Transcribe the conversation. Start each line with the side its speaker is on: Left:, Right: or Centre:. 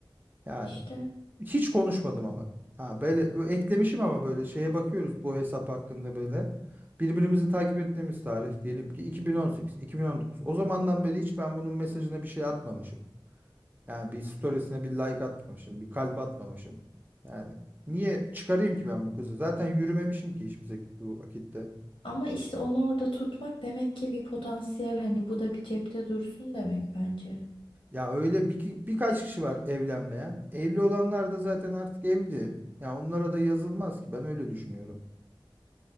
Right: Yani
Left: İşte
Right: hiç konuşmadım ama. Ha böyle eklemişim ama böyle şeye bakıyoruz bu hesap hakkında böyle. Birbirimizi takip ettiğimiz tarih diyelim ki 2018, 2019. O zamandan beri hiç ben bunun mesajına bir şey atmamışım. Yani bir storiesine bir like atmamışım, bir kalp atmamışım. Yani niye çıkarayım ki ben bu kızı? Zaten yürümemişim ki hiçbir zek- bu vakitte.
Left: ama işte onu orada tutmak demek ki bir potansiyel hani bu da bir cepte dursun demek bence.
Right: Ya öyle bir, ki- birkaç kişi var evlenmeyen. Evli olanlar da zaten artık evli. Ya onlara da yazılmaz ki ben öyle düşünüyorum.